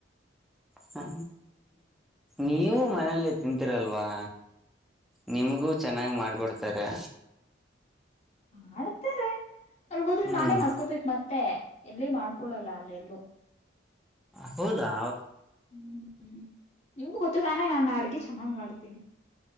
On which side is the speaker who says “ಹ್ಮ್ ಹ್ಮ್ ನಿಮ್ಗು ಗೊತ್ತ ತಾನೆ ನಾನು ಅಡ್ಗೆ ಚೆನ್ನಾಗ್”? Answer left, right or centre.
Left